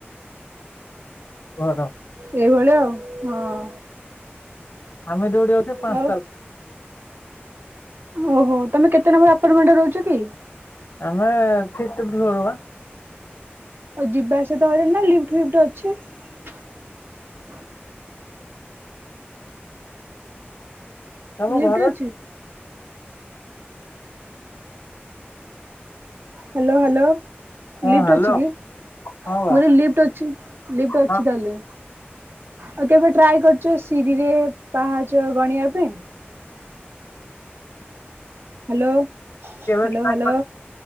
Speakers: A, on the left; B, on the right.
A: ଘର
B: ସେଇଭଳିଆ ଆଉ ହଁ।
A: ତମେ ଦଉଡ଼ି ଯାଇଥିବ ପାଞ୍ଚ
B: ଆଉ
A: ତାଲ
B: ଓହୋ ତମେ କେତେ ନମ୍ବର ଆପଟମେଣ୍ଟରେ ରହୁଛ କି?
A: ଆମେ ଫିପ୍ଥ ଫ୍ଲୋର ବା।
B: ଆଉ ଯିବା ଆସିବା ହଇରାଣ ନା ଲିଫ୍ଟ ଫିଫ୍ଟ ଅଛି।
A: ତମ
B: ଲିଫ୍ଟ
A: ଘର
B: ଅଛି। Hello hello.
A: ହଁ
B: ଲିଫ୍ଟ
A: ହ୍ୟାଲୋ
B: ଅଛି କି,
A: ହଁ ବା
B: ଗୋଟେ ଲିଫ୍ଟ ଅଛି ଲିଫ୍ଟ ଅଛି
A: ହଁ
B: ତାହେଲେ। ଆ କେବେ ଟ୍ରାଏ କରୁଛ ସିରିରେ ପାହାଚ ଗଣିବା ପାଇଁ। ହ୍ୟାଲୋ ହ୍ୟାଲୋ
A: କେବେ ଟ୍ରାଏ
B: ହ୍ୟାଲୋ